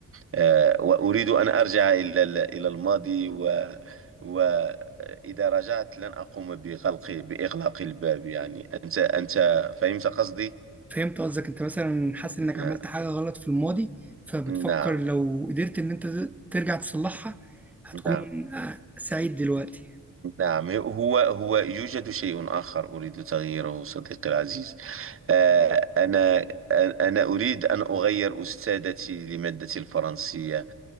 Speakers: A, on the right (about 40°); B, in the centre.
A: آه، وأريد أن أرجع إلى ال- إلى الماضي و وإذا رجعت لن أقوم بغلق بإغلاق الباب يعني أنت أنت فهمت قصدي؟
B: فهمت قصدك انت مثلا حاسس انك
A: ن-
B: عملت حاجة غلط في الماضي فبتفكر
A: نعم
B: لو قدرت ان انت ترجع تصلحها هتكون
A: نعم
B: آه، سعيد دلوقتي
A: نعم هو هو يوجد شيء آخر أريد تغييره صديقي العزيز آه، أنا أنا أريد أن أغير أستاذتي لمادة الفرنسية